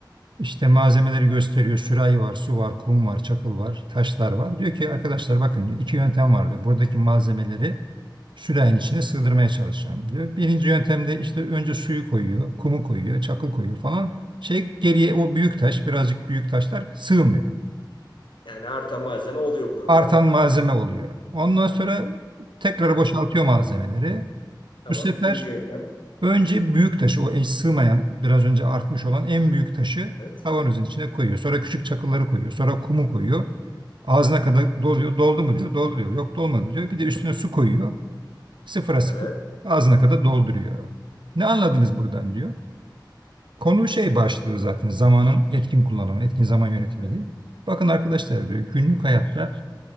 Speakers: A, on the right; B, on the left.
A: İşte malzemeleri gösteriyor. Sürahi var, su var, kum var, çakıl var, taşlar var. Diyor ki arkadaşlar bakın diyor iki yöntem var diyor. Buradaki malzemeleri sürahinin içine sığdırmaya çalışacağım diyor. Birinci yöntemde işte önce suyu koyuyor, kumu koyuyor, çakıl koyuyor falan. Şey geriye o büyük taş, birazcık büyük taşlar sığmıyor
B: Yani artan malzeme oluyor bu durumda.
A: artan malzeme oluyor. Ondan sonra tekrar
B: Evet.
A: boşaltıyor malzemeleri.
B: Tamam.
A: Bu sefer
B: İkinci yöntem.
A: önce büyük taşı, o eş sığmayan, biraz önce artmış olan en büyük taşı
B: Evet.
A: kavanozun içine koyuyor. Sonra küçük çakılları koyuyor. Sonra kumu koyuyor. Ağzına kadar doluyor. Doldu mu diyor. Doldu diyor. Yok dolmadı diyor. Bir de üstüne su koyuyor. Sıfıra sıfır
B: Evet.
A: ağzına kadar dolduruyor. Ne anladınız buradan diyor. Konu şey başlığı zaten zamanın etkin kullanımı, etkin zaman yönetimi
B: evet.
A: diye. Bakın arkadaşlar diyor günlük hayatta